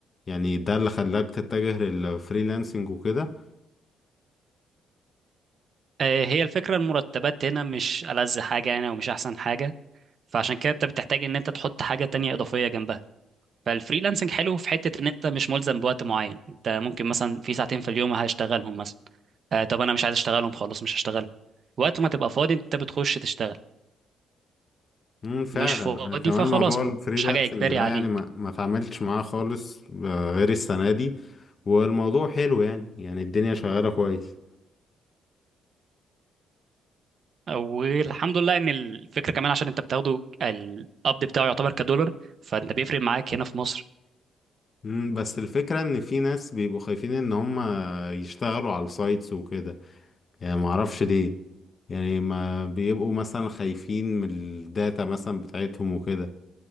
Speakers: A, on the left; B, on the right.
A: يعني ده اللي خلاك تتجه للفريلانسنج وكده
B: آه، هي الفكرة المرتبات هنا مش ألذ حاجة يعني ومش أحسن حاجة فعشان كده أنت بتحتاج إن أنت تحط حاجة تانية إضافية جنبها فالفريلانسنج حلو في حته ان انت مش ملزم بوقت معين انت ممكن مثلا في ساعتين في اليوم هشتغلهم مثلا آه طب انا مش عايز اشتغلهم خلاص مش هشتغلهم وقت ما تبقى فاضي انت بتخش تشتغل
A: امم فعلا
B: مش فاضي
A: انا كمان
B: فخلاص
A: موضوع الفريلانسنج
B: مش حاجه اجباري
A: ده
B: عليك
A: يعني ما ما اتعاملتش معاه خالص آه، غير السنه دي والموضوع حلو يعني يعني الدنيا شغاله كويس
B: والحمد لله ان الفكره كمان عشان انت بتاخده القبض بتاعه يعتبر كدولار فانت بيفرق معاك هنا في مصر
A: امم بس الفكره ان في ناس بيبقوا خايفين ان هم يشتغلوا على السايتس وكده يعني ما اعرفش ليه يعني ما بيبقوا مثلا خايفين من الداتا مثلا بتاعتهم وكده